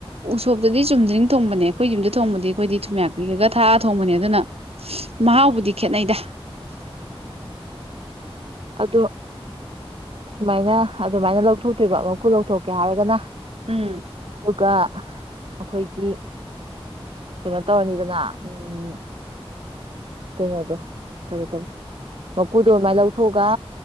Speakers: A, on the right; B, on the right.
A: ꯎꯁꯣꯞꯇꯗꯤ ꯆꯨꯝꯗ꯭ꯔꯤꯡ ꯊꯣꯡꯕꯅꯦ ꯑꯩꯈꯣꯏ ꯌꯨꯝꯗ ꯊꯣꯡꯕꯗꯤ ꯑꯩꯈꯣꯏꯗꯤ ꯊꯨꯝꯌꯥꯛ ꯄꯤꯒꯒ ꯊꯥꯛꯑ ꯊꯣꯡꯕꯅꯦ ꯑꯗꯨꯅ ꯃꯍꯥꯎꯕꯨꯗꯤ ꯈꯦꯠꯅꯩꯗ
B: ꯑꯗꯣ ꯁꯨꯃꯥꯏꯅ ꯑꯗꯨꯃꯥꯏꯅ ꯂꯧꯊꯣꯛꯇꯣꯏꯕ ꯃꯀꯨ ꯂꯧꯊꯣꯛꯀꯦ ꯍꯥꯏꯔꯒꯅ
A: ꯎꯝ
B: ꯑꯗꯨꯒ ꯑꯩꯈꯣꯏꯒꯤ ꯀꯩꯅꯣ ꯇꯧꯔꯅꯤꯗꯅ ꯎꯝ ꯀꯩꯅꯣꯗꯣ ꯀꯔꯤ ꯀꯔꯤ ꯃꯀꯨꯗꯣ ꯑꯗꯨꯃꯥꯏ ꯂꯧꯊꯣꯛꯑꯒ